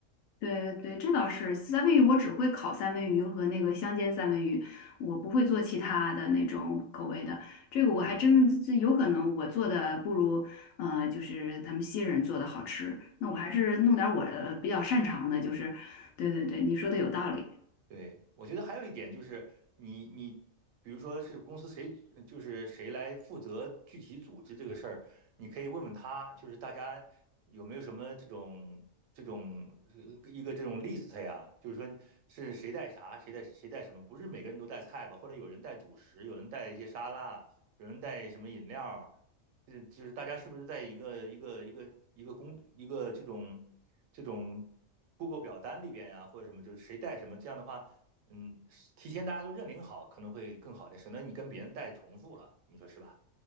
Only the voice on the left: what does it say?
对对，这倒是三文鱼，我只会烤三文鱼和那个香煎三文鱼，我不会做其他的那种口味的。这个我还真这有可能我做的不如呃，
就是他们西人做的好吃。那我还是弄点儿我呃比较擅长的，
就是对对对，你说的有道理。